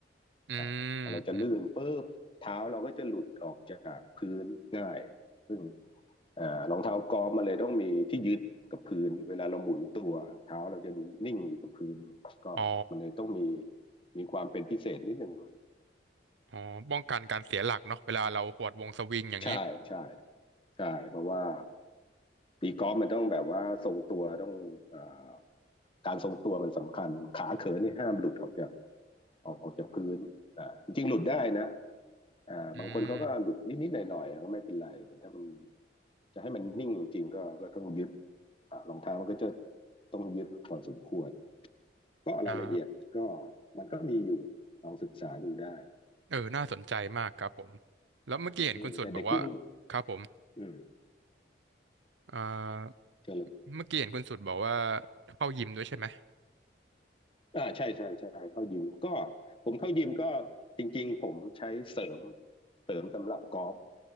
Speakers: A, on the right (about 80°); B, on the left (about 30°).
A: อืมอม
B: อ่าพอเราจะลื่นปุ๊บเท้าเราก็จะหลุดออกจากพื้นง่าย่ อ่อรองเท้ากอล์ฟมันเลยต้องมีที่ยึดกับพื้นเวลาเราหมุนตัวเท้าเราจะนิ่งอยู่กับพื้นก็มันเลยต้องมี
A: อ๋อ
B: มีความเป็นพิเศษนิดหนึ่ง
A: อ๋อป้องกันการเสียหลักเนาะเวลาเราหวดวงสวิงอย่างนี้
B: ใช่ใช่ใช่เพราะว่าตีกอล์ฟมันต้องแบบว่าทรงตัวต้องเอ่อการทรงตัวมันสำคัญขาเขินนี่ห้ามหลุดออกจากออกออกจากพื้นอ่าจริงๆหลุดได้นะอ่าบางคนเขาก็หลุดนิดๆหน่อยๆก็ไม่เป็นไรแต่ถ้ามัน
A: อืม
B: จะให้มันนิ่งจริงก็ก็ต้องยึดรองเท้ามันก็จะต้องยึดพอสมควร ก็รายละเอียดก็
A: อ่า
B: มันก็มีอยู่ลองศึกษาดูได้
A: เออน่าสนใจมากครับผมแล้วเมื่อกี้เห็นคุณสุดบอกว่า
B: อืมแต่เด็กรุ่น
A: ครับผม
B: อืม
A: อ่า
B: เชเลย
A: เมื่อกี้เห็นคุณสุดบอกว่าเข้ายิมด้วยใช่ไหม
B: อ่าใช่ใช่ใช่เข้ายิมก็ผมเข้ายิมก็จริงๆผมใช้เสริมเสริมสำหรับกอล์ฟ